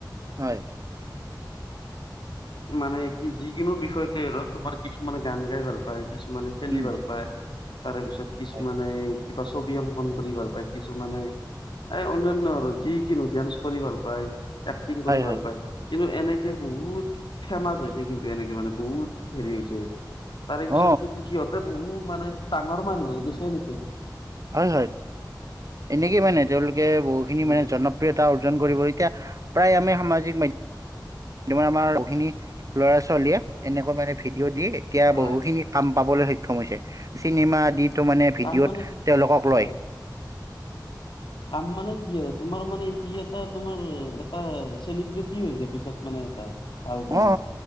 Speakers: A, on the right; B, on the left.
A: হয়
B: মানে কি যিকোনো বিষয়তে আৰু তোমাৰ কিছুমানে গান গাই ভাল পায় কিছুমানে খেলি
A: উম
B: ভাল পায় তাৰে পিছত কিছুমানে
A: হয়
B: কিবা ছবি অংকন কৰি ভাল পায় কিছুমানে। এই অন্যান আৰু যিকিনো ডান্স কৰি ভাল পায়। এক্টিং কৰি ভাল
A: হয়
B: পায় কিন্তু এনেকে বহুত ফেমাচ হৈছে কিন্তু এনেকে মানে বহুত হেৰি হৈছে তাৰে
A: অ
B: পিছত কিন্তু সিহঁতে বহু মানে ডাঙৰ মানুহ হৈ গৈছে নেকি।
A: হয়, হয় এনেকে মানে তেওঁলোকে বহুখিনি
B: উম
A: মানে জন <unintelligible> অৰ্জন কৰিব এতিয়া প্ৰায় আমি সামাজিক মাধ্যম তাৰ মানে আমাৰ বহুখিনি ল'ৰা ছোৱালীয়ে এনেকুৱা মানে ভিডিঅ' দি এতিয়া
B: হয়।
A: বহুখিনি কাম পাবলৈ সক্ষম হৈছে চিনেমা আদিতো মানে ভিডিঅ'ত
B: কাম মানে
A: তেওঁলোকক
B: হয়
A: লয়
B: কাম মানে কি আৰু তোমাৰ মানে সি এটা তোমাৰ এটা চেলিব্ৰিটি হৈ যায় পিছত মানে এটা। ভাল তোমাৰ।
A: অ